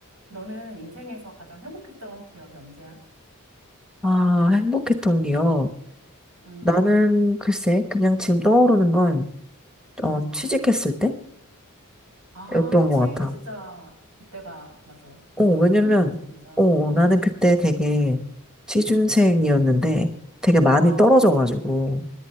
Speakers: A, on the right (about 75°); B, in the centre.
A: 너는 인생에서 가장 행복했던 기억이 언제야?
B: 아, 행복했던 기억.
A: 음,
B: 나는 글쎄, 그냥 지금 떠오르는 건,
A: 음.
B: 어, 취직했을
A: 아,
B: 때였던
A: 그치.
B: 것 같아.
A: 진짜 그때가 맞아.
B: 어,
A: 가장
B: 왜냐면,
A: 행복하지, 진짜.
B: 어, 나는 그때 되게 취준생이었는데 되게 많이
A: 어,
B: 떨어져가지고,